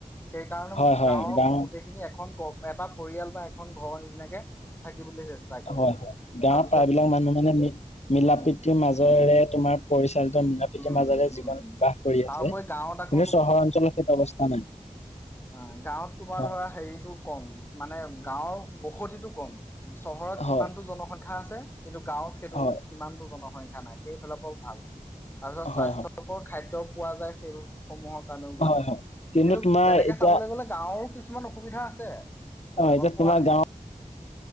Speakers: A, on the left; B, on the left.
A: সেইকাৰণে
B: হয় হয়
A: গাঁৱৰ
B: গাঁও
A: গোটেই খিনি এখন এটা পৰিয়াল বা এখন ঘৰৰ নিচিনাকে থাকিবলৈ চেষ্টা কৰে
B: হয়, হয়, গাঁৱৰ
A: তাৰপিছত
B: প্ৰায়বিলাক মানুহ মানে মিলা
A: উম
B: প্ৰীতিৰ মাজেৰে
A: উম
B: তোমাৰ পৰিচালিত মৰাপীকীৰ
A: উম
B: মাজেৰে
A: উম
B: জীৱন
A: উম
B: বিবাহ কৰি
A: তাৰপৰি
B: আছে
A: গাঁৱত আকৌ
B: কিন্তু চহৰ অঞ্চলত সেইটো অৱস্থা নাই।
A: অ, গাঁৱত তোমাৰ
B: হয়
A: ধৰা হেৰিতটো কম মানে গাঁৱৰ বসতিটো কম। চহৰত যিমানতটো
B: হয়
A: জনসংখ্যা আছে কিন্তু গাঁৱত সেইটো
B: হয়
A: ইমানতটো জনসংখ্যা নাই সেইফালৰ পৰা ভাল তাৰপিছত স্বাস্থ্যকৰ
B: হয় হয়
A: খাদ্য পোৱা যায়। সেইবোৰ সমূহৰ কাৰণেও ভাল
B: হয় হয়
A: কিন্তু,
B: তোমাৰ
A: তেনেকে
B: এতিয়া
A: চাবলৈ গলে গাঁৱৰো কিছুমান অসুবিধা আছে।
B: অ,
A: গম
B: এতিয়া
A: পোৱা
B: তোমাৰ
A: নাই
B: গাঁৱত